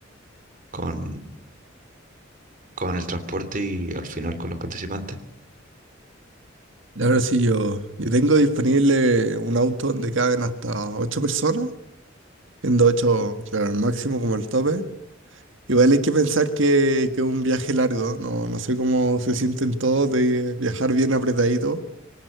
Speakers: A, on the right (about 45°); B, on the right (about 70°).
A: con, con el transporte y al final con los participantes.
B: La verdad sí, yo, yo tengo disponible un auto donde caben hasta ocho personas, siendo ocho, claro, el máximo como el tope. Igual hay que pensar que, que es un viaje largo, no, no sé cómo se sienten todos de viajar bien apretadito.